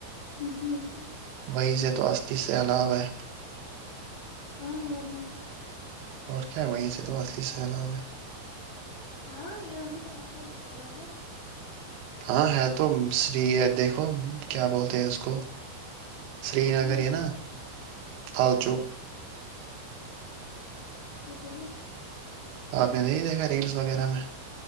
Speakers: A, on the left; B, on the right.
A: جی جی
B: وہی سے تو اسستھی سے الاب ہے
A: ہاں وورناک کیا
B: اور کیا وہی سے تو اصلی سی علاب میں
A: ہاں یہاں سے کہاں کون سا سیلابا
B: ہاں ہے تو سری دیکھو کیا بولتے ہیں اس کو سری نگر
A: کیا
B: ہے نا لال چوک
A: اس کو کیا ہے
B: آپ نے د ہی دیکھا ریلس وغیرہ میں